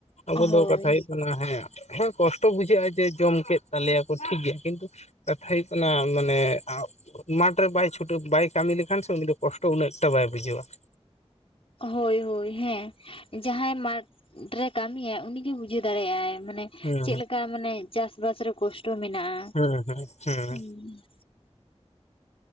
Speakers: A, on the left; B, on the left.
A: ᱟᱵᱚ
B: ᱦᱳᱭ
A: ᱫᱚ ᱠᱟᱛᱷᱟ ᱦᱩᱭᱩᱜ ᱠᱟᱱᱟ ᱦᱮᱸ ᱦᱮᱸ ᱠᱚᱥᱴᱚ ᱵᱩᱡᱷᱟᱹᱜ-ᱟ ᱡᱮ ᱡᱚᱢ ᱠᱮᱫ ᱛᱟᱞᱮᱭᱟᱠᱚ ᱴᱷᱤᱠ ᱜᱮᱭᱟ ᱠᱤᱱᱛᱩ ᱠᱟᱛᱷᱟ ᱦᱩ ᱚᱱᱟ ᱢᱟᱱᱮ <unintelligible> ᱢᱟᱴᱷ ᱨᱮ ᱵᱟᱭ ᱪᱷᱩᱴᱟᱹᱣ ᱵᱟᱭ ᱠᱟᱹᱢᱤ ᱞᱮᱠᱷᱟᱱ ᱥᱮ ᱩᱱᱤ ᱫᱚ ᱠᱚᱥᱴᱚ ᱩᱱᱟᱹᱜ ᱮᱠᱴᱟ ᱵᱟᱭ ᱵᱩᱡᱷᱟᱹᱣᱟ ᱾
B: ᱦᱳᱭ ᱦᱳᱭ ᱦᱮᱸ ᱡᱟᱦᱟᱸᱭ ᱢᱟᱴ <unintelligible> ᱨᱮ ᱠᱟᱹᱢᱤᱭᱟᱭ ᱩᱱᱤᱜᱮ ᱵᱩᱡᱷᱟᱹᱣ ᱫᱟᱲᱮᱭᱟᱜ-ᱟᱭ ᱢᱟᱱᱮ
A: ᱦᱩᱸ
B: ᱪᱮᱫᱞᱮᱠᱟ ᱢᱟᱱᱮ ᱪᱟᱥ ᱵᱟᱥ ᱨᱮ ᱠᱚᱥᱴᱚ ᱢᱮᱱᱟᱜ-ᱟ
A: ᱦᱩᱸ ᱦᱩᱸ ᱦᱩᱸ
B: ᱩᱸ